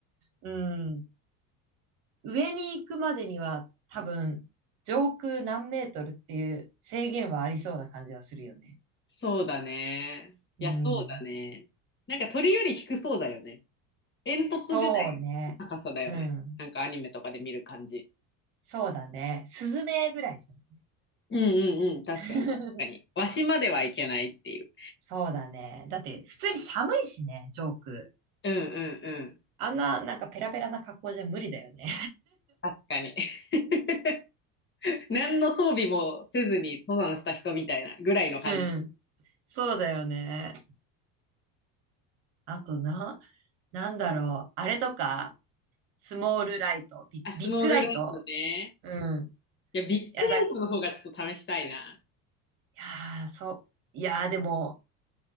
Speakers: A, on the right; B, on the left.
A: うん。上に行くまでには多分、上空何メートルっていう制限はありそうな感じはするよね。
B: そうだね。いや、
A: うん。
B: そうだね。なんか鳥より低そうだよね。煙突ぐらいの高さだよね。
A: そうね。うん。
B: なんかアニメとかで見る感じ。
A: そうだね。スズメぐらいじゃん。
B: うんうんうん。確かに、
A: <laughs>
B: 確かに。わしまではいけないっていう。
A: そうだね。だって、普通に寒いしね、ジョーク。
B: うんうんうん。
A: あんな、なんかペラペラな格好じゃ無理だよね。
B: 確かに。<laughs> 何の装備もせずに登山した人みたいなぐらいの感じ。
A: <laughs> うん。そうだよね。あとな、なんだろう。あれとか、スモールライト、ビ、
B: あ、
A: ビッグライト。
B: スモールライトね。
A: うん。
B: いや、ビッグライトの方がちょっと試したいな。
A: いやだ、いやー、そう。いやー、でも、